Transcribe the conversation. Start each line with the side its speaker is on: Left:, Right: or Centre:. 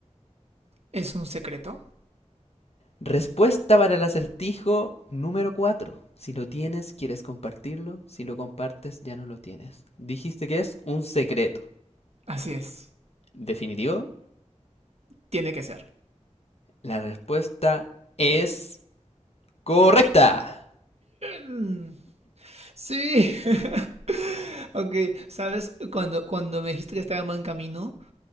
Right: ¿Es un secreto?
Left: Respuesta para el acertijo número 4. Si lo tienes, quieres compartirlo. Si lo compartes, ya no lo tienes. Dijiste que es un secreto.
Right: Así es.
Left: Definitivo,
Right: Tiene que ser.
Left: la respuesta es correcta.
Right: Mm, Sí. <laughs> Ok, ¿sabes? Cuando, cuando me dijiste que estaba en buen camino,